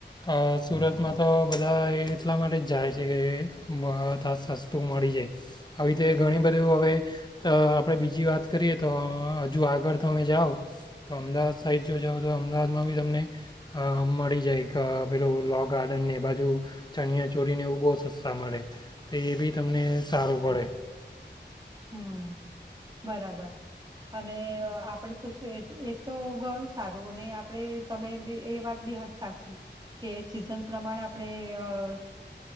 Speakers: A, on the left; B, on the right.
A: અહ સુરતમાં તો બધા એ એટલા માટે જ જાય છે કે બ તાસ સસ્તું મળી જાય આવી રીતે ઘણી બધી હવે આપણે બીજી વાત કરીએ તો હજુ આગળ તમે જાઓ તો અમદાવાદ સાઈડ જો જાઓ તો અમદાવાદમાં બી તમને મળી જાય પેલું લો ગાર્ડનને બાજુ ચણિયા ચોરીને એવું બહુ સસ્તા મળે તો, એ બી તમને સારું પડે
B: હમ. બરાબર અને આપડે તો એ તો ઘણું સારું અને આપણેે તમે એ વાત બી સાચી કે, સિઝન પ્રમાણે આપણેે